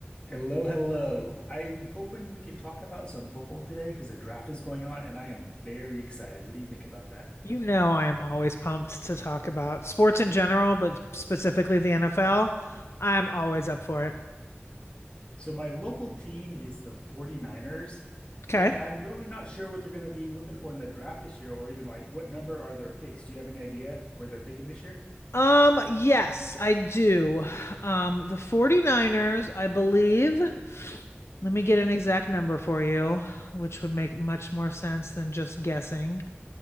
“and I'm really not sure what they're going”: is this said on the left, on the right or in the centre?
Left